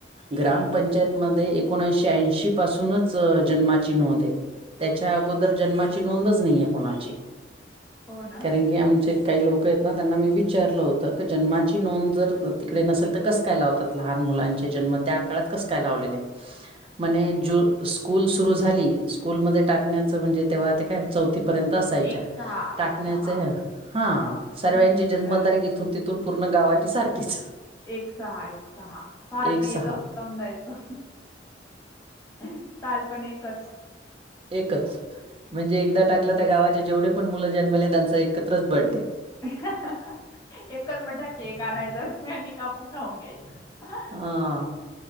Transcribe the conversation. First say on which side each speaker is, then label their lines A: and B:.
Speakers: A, on the right; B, on the left.
A: ग्रामपंचायत
B: हो
A: मध्ये
B: ना
A: एकोणऐंशी ऐंशी पासूनच अ जन्माची नोंद आहे. त्याच्या अगोदर जन्माची नोंदच नाइये कोणाची
B: हो ना
A: कारण की आमच्ये काही लोक आहेत ना त्यांना मी विचारलं हो त जन्माची नोंद जर तिकडे नसेल त कसं काय लावतात लहान मुलांचे जन्म त्या काळात कसं काय लावलेलंय म्हणे जू स्कूल सुरु झाली स्कूलमध्ये टाकण्याचं म्हणजे तेव्हा ते काय चौथी पर्यंत असायच्या.
B: एक सहा
A: टाकण्याचे
B: एक सहा
A: ह हां
B: हा
A: सर्व्यांची
B: तीच
A: जन्मदारीक
B: तर
A: इथून तिथून पूर्ण गाव वाची सारखीच.
B: एक सहा एक सहा साल
A: एक
B: बी
A: सहा
B: एकच जाऊन द्यायचं. अं साल पण एकच.
A: एकच म्हणजे एकदा टाकलं त्या गावाचे जेवढे पण मुलं जन्मले त्यांचा एकत्रच बर्थडे.
B: अं हं हं हं एकच मटा केक. कानायचा सगळ्यांनी कापून खाऊून घ्यायचं. हं.
A: हां